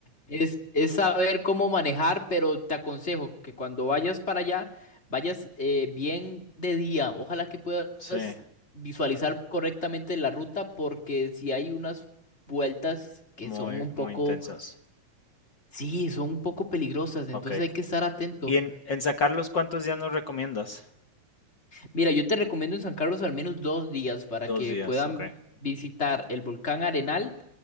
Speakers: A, on the left; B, on the left.
A: es, es saber cómo manejar, pero te aconsejo que cuando vayas para allá, vayas eh, bien de día. Ojalá que puedas
B: sí,
A: visualizar correctamente la ruta, porque si hay unas vueltas que
B: muy,
A: son un poco,
B: muy intensas.
A: sí, son un poco peligrosas, entonces
B: Ok.
A: hay que estar atento.
B: ¿Y en, en San Carlos cuántos días nos recomiendas?
A: Mira, yo te recomiendo en San Carlos al menos dos días para
B: Dos
A: que
B: días,
A: puedan
B: ok,
A: visitar el volcán Arenal